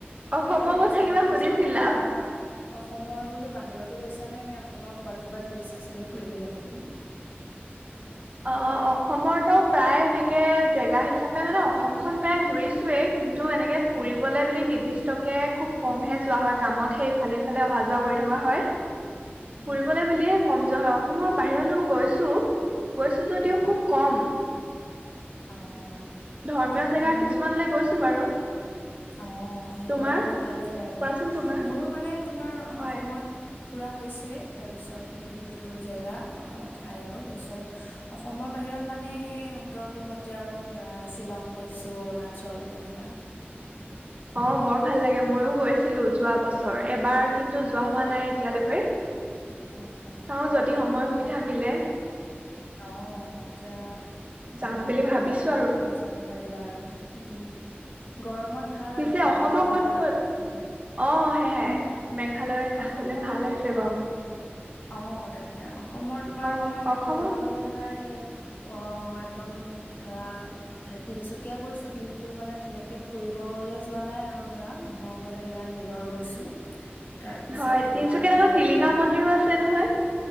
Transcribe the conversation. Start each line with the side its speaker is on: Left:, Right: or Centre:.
Right: অসমৰ
Left: এয়াই কৈছিলো
Right: কথা কিবা
Left: মই ভাবিছো
Right: সুধিছিলা
Left: অসমৰ অসমৰ বোলো বাহিৰতো গৈছা নে? নে অসমৰ কবাত ক'বাত গৈছা চাগে ফুৰিবলৈকো
Right: অ অসমৰতো প্ৰায় এনেকে জেগা হিচাপে মানে অসমখন প্ৰায় ঘুৰিছোৱেই কিন্তু টো এনেকে ফুৰিবলৈ
Left: উম,
Right: বুলি নিৰ্দিষ্টকে খুব তু কমহে যোৱা হয় কামতহে ইফালে সিফালে অহা যোৱা কৰি থকা হয়৷
Left: উম,
Right: ফুৰিবলৈ বুলিয়ে কম যোৱা হয়, অসমৰ বাহিৰলৈ গৈছো৷ গৈছো যদিও
Left: অ'।
Right: খুব কম৷
Left: অ অ
Right: ধৰ্মীয়
Left: তাকে
Right: জেগা
Left: মোৰো
Right: কিছুমানলৈ গৈছো বাৰু
Left: অ সেইবোৰত
Right: তোমাৰ
Left: গৈ ভাল লাগে আৰু
Right: কোৱাচোন তোমাৰ
Left: মোৰো মানে তোমাৰ
Right: হয়
Left: অসমত ফুৰা হৈছে তাৰপিছত ইটো সিটো জেগা ঠাই আৰু তাৰপিছত অসমৰ বাহিৰত মানে সেই উত্তৰ পূৱতে আৰু ধৰা শ্বিলং গৈছো অৰুণাচল তেনেকা
Right: অ বৰ ভাল লাগে মইও গৈছিলো যোৱা বছৰ এবাৰ কিন্তু যোৱা হোৱা নাই এতিয়ালৈকে
Left: অ অ
Right: চাওঁ যদি সময় সুবিধা জামিলে
Left: অ এতিয়া
Right: যাম
Left: তাকেতো
Right: বুলি ভাবিছো
Left: পৰীক্ষা শেষ
Right: আৰু
Left: হ'লে যাব পাৰিবা আৰু উম গৰমত ভাল
Right: পিছে
Left: আৰু ঠাণ্ডা
Right: অসমৰ
Left: জেগাত
Right: ক'ত ক'ত
Left: ফুৰিব
Right: অ সেয়াই
Left: মোক
Right: মেঘালয় যাবলে
Left: অসমৰ
Right: ভাল হৈছে গৰমো
Left: অ তাকে এ অসমৰ তোমাৰ
Right: অ
Left: মই
Right: অসমত
Left: ক'বলৈ গ'লে ধৰা সে অ একদম ধৰা হে তিনচুকীয়া গৈছো কিন্তু মানে তেনেকে ফুৰিবলৈ যোৱা নাই আৰু ধৰা মানুহৰ ঘৰত তেনেকা নিজৰ গৈছো তাৰপিছত
Right: হয়
Left: তোমাৰ
Right: তিনিচুকীয়াত
Left: শিৱসাগৰ
Right: আক টিলিঙা মন্দিৰো আছে আছে নহয়